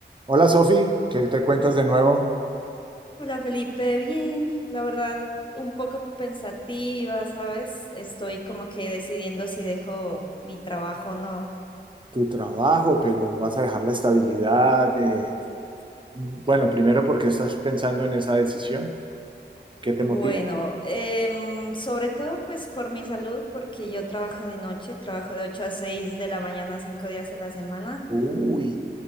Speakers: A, on the right; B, on the left.
A: Hola Sofi, ¿qué te cuentas de nuevo?
B: Hola Felipe, bien, la verdad un poco pensativa, ¿sabes? Estoy como que decidiendo si dejo mi trabajo o no.
A: Tu trabajo, pero vas a dejar la estabilidad. eh, Bueno, primero, porque estás pensando en esa decisión? ¿Qué te
B: Bueno,
A: motiva?
B: em, sobre todo pues por mi salud, porque yo trabajo de noche, trabajo de 8 a 6 de la mañana, 5 días a la semana.
A: Uy,